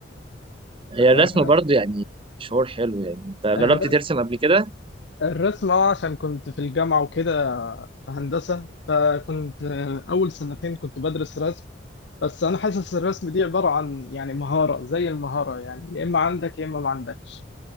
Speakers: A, on the left; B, on the right.
A: الرسم
B: هي الرسم برضه يعني شعور حلو يعني انت جربت
A: الرسم
B: ترسم قبل كده
A: الرسم اه عشان كنت في الجامعة وكده في هندسة فكنت آه، أول سنتين كنت بدرس رسم بس انا حاسس الرسم دي عباره عن يعني مهاره زي المهاره يعني يا اما عندك يا اما ما عندكش